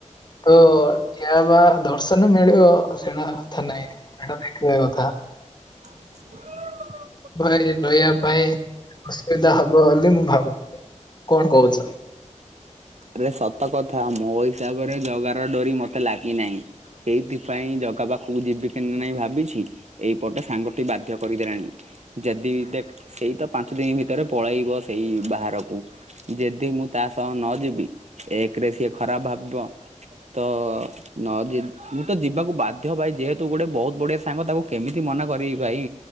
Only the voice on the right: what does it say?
<inaudible>
ଆରେ ସତ କଥା ମୋ ହିସାବରେ ଜଗାର ଡୋରି ମତେ ଲାଗିନାଇଁ। ସେଇଥିପାଇଁ ଜଗା ପାଖକୁ ଯିବି କେ ନାଇଁ ଭାବିଛି। ଏଇପଟେ ସାଙ୍ଗଟେ ବାଧ୍ୟ କରିଦେଲାଣି। ଯଦି ଦେଖେ ସେଇ ତ ପାଞ୍ଚ ଦିନି ଭିତରେ ପଳେଇବ ସେଇ ବାହାରକୁ। ଜେଦି ମୁଁ ତା ସହ ନ ଯିବି ଏକେରେ ସିଏ ଖରାପ ଭାବିବ ତ ନ ଜି ମୁଁ ତ ଯିବାକୁ ବା ଦେଖ ଭାଇ ଯେହେତୁ ଗୋଟେ ବହୁତୁ ବଢିଆ ସାଙ୍ଗ ତାକୁ କେମିତି ମନା କରିବି ଭାଇ।